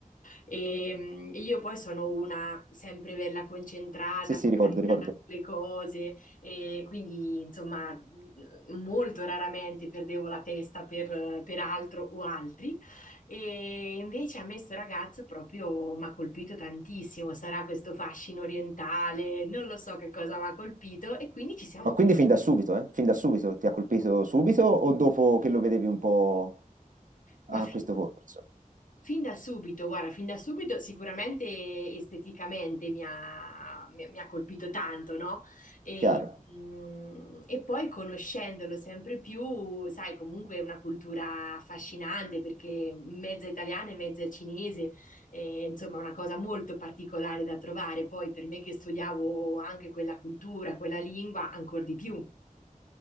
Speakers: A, on the left; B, on the right.
A: E, mm, e io poi sono una sempre bella concentrata,
B: Sì, sì,
A: focalizzata
B: ricordo, ricordo.
A: sulle cose e quindi insomma mm, molto raramente perdevo la testa per, per altro o altri e invece a me sto ragazzo proprio mi ha colpito tantissimo, sarà questo fascino orientale, non lo so che cosa mi ha colpito e quindi ci siamo
B: Ma quindi
A: conosciuti.
B: fin da subito, eh? Fin da subito ti ha colpito subito o dopo che lo vedevi un po' a
A: Ma fin
B: questo corso?
A: Fin da subito, guarda, fin da subito sicuramente esteticamente mi ha, mi- mi ha colpito tanto, no? E,
B: Chiaro,
A: mm, e poi conoscendolo sempre più, sai, comunque è una cultura affascinante perché mezza italiana e mezza cinese, eh, insomma, una cosa molto particolare da trovare. Poi per me che studiavo anche quella cultura, quella lingua, ancora di più.